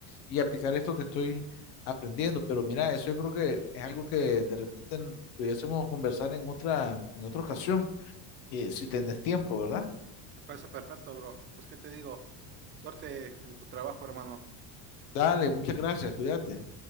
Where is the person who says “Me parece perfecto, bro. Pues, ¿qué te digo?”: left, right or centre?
Right